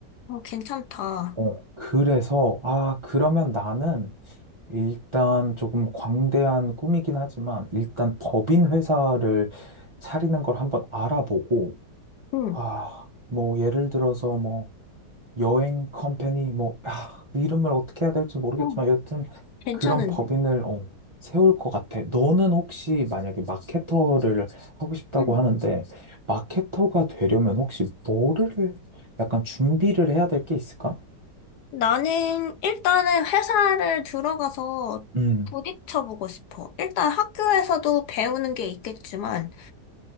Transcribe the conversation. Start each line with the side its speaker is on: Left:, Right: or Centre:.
Left: 어, 괜찮다.
Right: 어, 그래서, 아, 그러면 나는, 일단 조금 광대한 꿈이긴 하지만 일단 법인 회사를 차리는 걸 한번 알아보고
Left: 응,
Right: 아, 뭐 예를 들어서 뭐 여행 컴퍼니 뭐 아, 이름을 어떻게 해야 될지 모르겠지만
Left: 어,
Right: 여튼
Left: 괜찮은데?
Right: 그런 법인을 어, 세울 것 같아. 너는 혹시 만약에 마케터를 하고 싶다고
Left: 응.
Right: 하는데 마케터가 되려면 혹시 뭐를 약간 준비를 해야 될 게 있을까?
Left: 나는 일단은 회사를 들어가서
Right: 음.
Left: 부딪혀보고 싶어. 일단 학교에서도 배우는 게 있겠지만